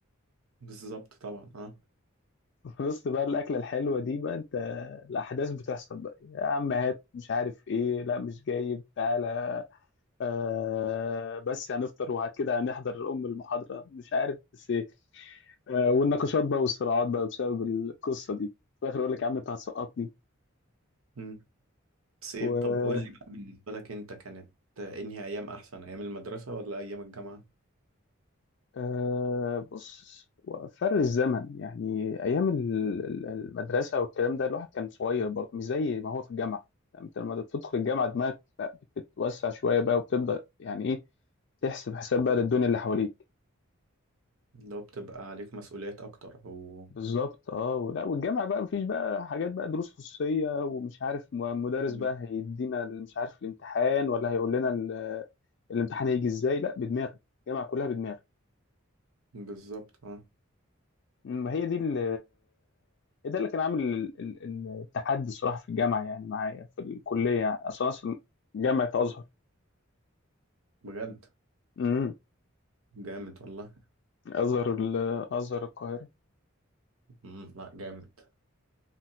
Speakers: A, on the right; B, on the left.
A: بالظبط طبعا اه
B: <laughs> في وسط بقى الاكله الحلوه دي بقى انت الاحداث بتحصل بقى يا عم هات مش عارف ايه لا مش جايب تعالى آه بس هنفطر وبعد كده هنحضر أم المحاضرة مش عارف بس إيه. آه والنقاشات بقى والصراعات بقى بسبب القصة دي في الآخر يقول لك يا عم أنت هتسقطني
A: مم. بس ايه
B: و
A: طب قول لي بقى بالنسبة لك انت كانت انهي ايام احسن ايام المدرسة ولا ايام الجامعة
B: آه بص فرق الزمن يعني أيام ال- ال- المدرسة والكلام ده الواحد كان صغير برضه مش زي ما هو في الجامعة يعني أنت لما تدخل الجامعة دماغك لا، بتتوسع شوية بقى وبتبدأ يعني إيه تحسب حساب بقى للدنيا اللي حواليك
A: لو بتبقى عليك مسؤوليات اكتر او
B: بالظبط اه ولا والجامعه بقى مفيش بقى حاجات بقى دروس خصوصيه ومش عارف م- مدرس
A: مم.
B: بقى هيدينا ال- مش عارف الامتحان ولا هيقول لنا ال- الامتحان هيجي ازاي لا بدماغك الجامعه كلها بدماغك
A: بالظبط اه
B: ما هي دي ال- هي ده اللي كان عامل ال- ال- ال- التحدي الصراحه في الجامعه يعني معايا في الكليه يعني اصلا اصلا جامعه ازهر
A: بجد
B: امم
A: جامد والله
B: ازهر ال- ازهر القاهره
A: مم، لا جامد